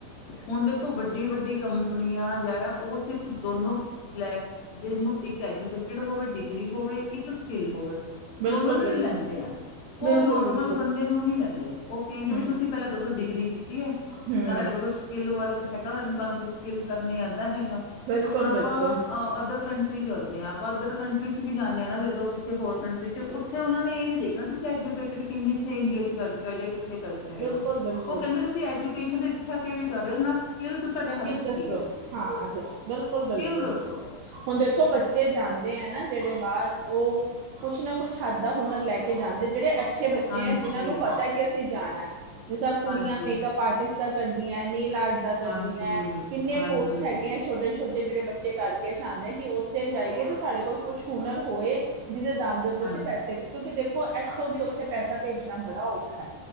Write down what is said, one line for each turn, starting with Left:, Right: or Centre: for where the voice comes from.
Left: ਹੁਣ ਦੇਖੋ ਵੱਡੀ ਵੱਡੀ ਕੰਪਨੀਆਂ ਜਾਂ ਵਾ ਉਹ ਸਿਰਫ ਦੋਨੋ ਲੈ ਜਿਹਨੂੰ ਇੱਕ ਐਜੂਕੇਟਿਡ ਹੋਵੇ, ਡਿਗਰੀ ਹੋਵੇ ਇੱਕ ਇੱਕ ਸਕਿੱਲ ਹੋਵੇ,
Right: ਬਿਲਕੁਲ
Left: ਦੋਨਾਂ ਨੂੰ
Right: ਬਿਲਕੁਲ
Left: ਹੀ ਲੈਂਦੇ ਆ। ਉਹ
Right: ਬਿਲਕੁਲ
Left: ਨੋਰਮਲ
Right: ਬਿਲਕੁਲ
Left: ਬੰਦੇ ਨੂੰ ਨਹੀਂ ਲੈਂਦੇ, ਉਹ ਕਹਿੰਦੇ
Right: ਹੂੰ
Left: ਵੀ ਤੁਸੀਂ ਪਹਿਲਾਂ ਦੱਸੋ ਡਿਗਰੀ ਕੀਤੀ ਹੈ।
Right: ਹੂੰ
Left: ਨਾ ਤੁਹਾਡੇ ਕੋਲ ਕੁੱਛ ਸਕਿੱਲ ਵਰਕ ਹੈਗਾ, ਤੁਹਾਨੂੰ ਕੁੱਛ ਸਕਿੱਲ ਕਰਨਾ ਆਉਂਦਾ ਹੈਗਾ?
Right: ਬਿਲਕੁਲ
Left: ਹੁਣ ਆਪਾਂ,
Right: ਬਿਲਕੁਲ
Left: ਅਦਰ ਕੰਟਰੀ ਚੱਲਦੇ ਹਾਂ, ਆਪਾਂ ਅਦਰ ਕੰਟਰੀ 'ਚੱ ਵੀ ਜਾਂਦੇ ਹਾਂ ਨਾ ਜਦੋਂ, ਕਿਸੇ ਹੋਰ ਕੰਟਰੀ 'ਚ, ਉੱਥੇ ਉਹਨਾਂ ਨੇ ਇਹ ਨੀ ਦੇਖਣਾ ਤੁਸੀਂ ਐਜੂਕੇਟਿਡ ਕਿੰਨੀ ਇੱਥੇ ਇੰਡੀਆ 'ਚ ਕਰਕੇ ਆਇਓ ਜਾਂ ਕਿੱਥੇ ਕਰਕੇ ਆਇਓ,
Right: ਬਿਲਕੁਲ ਬਿਲਕੁਲ
Left: ਉਹ ਕਹਿੰਦੇ ਤੁਸੀਂ ਐਜੂਕੇਸ਼ਨ ਦੇ ਇੱਥੇ ਆ ਕੇ ਵੀ ਕਰ ਰਹੇ ਹੋ ਨਾ ਸਕਿੱਲ ਤ ਤੁਹਾਡੇ
Right: ਸਕਿੱਲ
Left: ਹੱਥ 'ਚ
Right: ਦੱਸੋ
Left: ਕੀ ਆ,
Right: ਹਾਂ ਦ- ਬਿਲਕੁਲ
Left: ਸਕਿੱਲ
Right: ਬਿਲਕੁਲ
Left: ਦੱਸੋ?
Right: ਹੁਣ ਦੇਖੋ, ਬੱਚੇ ਜਾਂਦੇ ਹੈ ਨਾ ਜਿਹੜੇ ਬਾਹਰ ਉਹ ਕੁੱਛ ਨਾ ਕੁੱਛ ਹੱਥ ਦਾ ਹੁਨਰ ਲੈ ਕੇ ਜਾਂਦੇ, ਜਿਹੜੇ ਅੱਛੇ ਅੱਛੇ ਬੱਚੇ
Left: ਹਾਂਜੀ
Right: ਹੈ ਜਿਹਨਾਂ ਨੂੰ ਪਤਾ ਹੈ ਕਿ ਅਸੀਂ ਜਾਣਾ, ਜਿਸ ਤਰਾਂ ਕੁੜੀਆਂ
Left: ਹਾਂਜੀ
Right: ਮੇਕਅੱਪ ਆਰਟਿਸਟ ਦਾ ਕਰਦੀਆਂ ਨੇਲ ਆਰਟ ਦਾ ਕਰਦੀਆਂ,
Left: ਹਾਂਜੀ
Right: ਕਿੰਨੇ
Left: ਹਾਂਜੀ
Right: ਕੋਰਸ ਹੈਗੇ ਹੈ ਛੋਟੇ ਛੋਟੇ ਜਿਹੜੇ ਬੱਚੇ ਕਰਕੇ ਜਾਂਦੇ ਆ ਕਿ, ਉੱਥੇ ਜਾਈਏ ਤੇ ਸਾਡੇ ਕੋਲ ਕੁੱਛ ਹੁਨਰ ਹੋਏ। ਜਿਹਦੇ ਦਮ ਦੇ ਉੱਤੇ
Left: ਹਾਂਜੀ
Right: ਅਸੀਂ ਪੈਸੇ, ਕਿਉਂਕਿ ਦੇਖੋ ਇੱਥੋਂ ਦੀ ਉੱਥੇ ਪੈਸਾ ਭੇਜਣਾ ਬੜਾ ਔਖਾ ਹੈ।